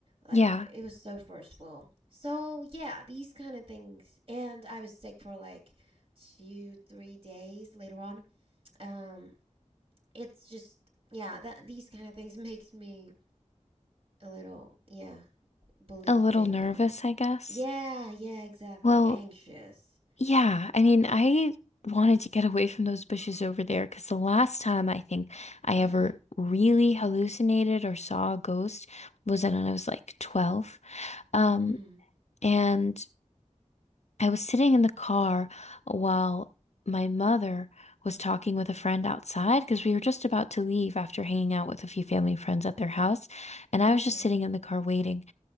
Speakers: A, on the right; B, on the left.
A: Like
B: Yeah.
A: it was so forceful. So yeah, these kind of things. And I was sick for like two, three days later on. Um, it's just yeah, that these kind of things <laughs> makes me a little yeah believing
B: A little nervous,
A: on
B: I guess.
A: yeah yeah exactly
B: Well,
A: anxious.
B: yeah. I mean, I wanted to get away from those bushes over there because the last time I think I ever
A: <laughs> mm-hmm.
B: really hallucinated or saw a ghost was when I was like 12. Um,
A: Mm-hmm.
B: and I was sitting in the car while my mother was talking with a friend outside because we were just about to leave after hanging out with a few family friends at their house. And I
A: Okay.
B: was just sitting in the car waiting.